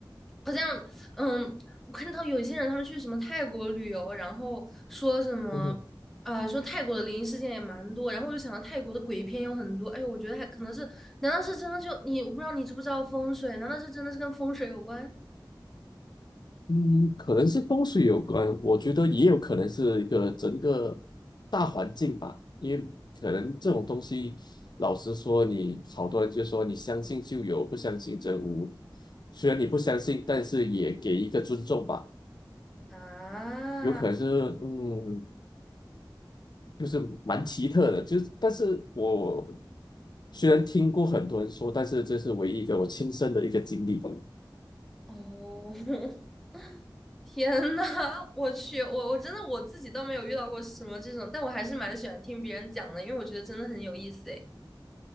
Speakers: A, in the centre; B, on the left.
A: 好像，嗯，我看到有些人他们去什么泰国旅游，然后说什么，
B: <laughs>
A: 啊，说泰国的灵异事件也蛮多，然后我就想到泰国的鬼片有很多，哎呦，我觉得还可能是，难道是真的就你，我不知道你知不知道风水，难道这真的是跟风水有关
B: 嗯，可能是风水有关，我觉得也有可能是一个整个大环境吧，因为可能这种东西，老实说你，好多人就说你相信就有，不相信则无。虽然你不相信，但是也给一个尊重吧。
A: 啊？
B: 有可能是，嗯，就是蛮奇特的，就是，但是我虽然听过很多人说，但是这是唯一一个我亲身的一个经历。
A: 哦，<laughs> 天呐，我去，我我真的我自己倒没有遇到过什么这种，但我还是蛮喜欢听别人讲的，因为我觉得真的很有意思诶。